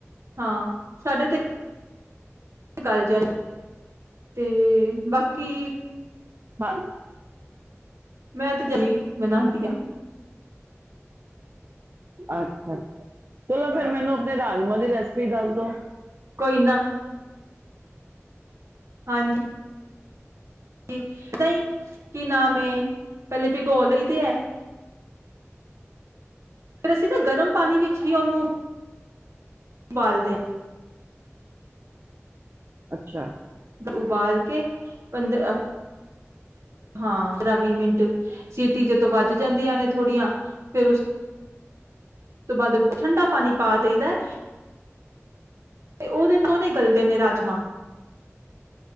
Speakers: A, on the right; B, on the right.
A: ਹਾਂ ਸਾਡੇ ਤੇ ਗਾਲਜਨ ਤੇ ਬਾਕੀ
B: ਹਾਂ
A: ਮੈਂ ਤੇ ਜਲੀ ਬਣਾਉਂਦੀ ਹਾਂ
B: ਅੱਛਾ ਅੱਛਾ ਚਲੋ ਫੇਿਰ ਮੈਨੂੰ ਆਪਣੇ ਰਾਜਮਾਂ ਦੀ ਰੈਸਿਪੀ ਦੱਸ ਦੋ
A: ਕੋਈ ਨਾ ਹਾਂਜੀ ਜਦ ਹੀ ਕੀ ਨਾਮ ਪਹਿਲੇ ਪ ਗੋ ਲਈ ਦੇ ਐ ਫਰ ਅਸੀਂ ਨਾ ਗਰਮ ਪਾਣੀ ਵਿੱਚ ਹੀ ਉਹਨੂੰ ਬਾਲਦੇ
B: ਅੱਛਾ
A: ਉਬਾਲ ਕੇ ਪੰਦਰ ਹਾਂ ਪੰਦਰਾਂ ਵੀਹ ਮਿੰਟ ਸੀਟੀ ਜਦੋਂ ਵੱਜ ਜਾਂਦੀਆਂ ਨੇ ਥੋੜ੍ਹੀਆਂ ਫੇਿਰ ਉਸ ਉਸ ਤੋਂ ਬਾਅਦ ਠੰਡਾ ਪਾਣੀ ਪਾ ਦੇਦਾ ਤੇ ਉਹਦੇਨ ਦੋਨੇ ਗੱਲ ਦੇ ਨੇ ਰਾਜਮਾਂ